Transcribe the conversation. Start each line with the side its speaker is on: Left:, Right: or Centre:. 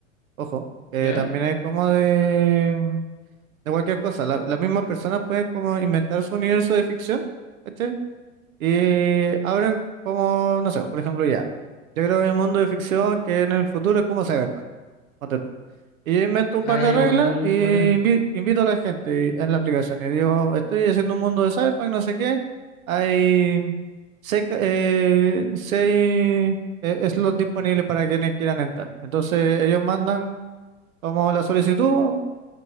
Right: ojo, eh,
Left: ¿ya?
Right: también hay como de, mm, de cualquier cosa. La, la misma persona puede como inventar su universo de ficción, ¿cachai? Y abren como, no sé, por ejemplo, ya. Yo creo que hay un mundo de ficción que en el futuro es como Cyberpunk, ponte tú. Y yo invento un
Left: Ah,
Right: par de
Left: ya,
Right: reglas
Left: igual,
Right: y
Left: bacán,
Right: invi- invito a la gente y- en la aplicación. Y digo, estoy haciendo un mundo de Cyberpunk, no sé qué. Hay seis, ca- eh, seis, eh, slots disponibles para quienes quieran entrar. Entonces ellos mandan como la solicitud.